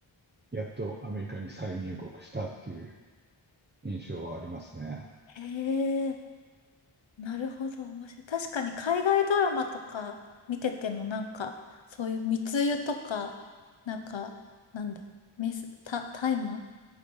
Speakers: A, on the right; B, on the left.
A: やっとアメリカに再入国したっていう印象はありますね。
B: へえ。なるほど、面白い。確かに海外ドラマとか見ててもなんか、そういう密輸とか、なんか、なんだ、メス、た、大麻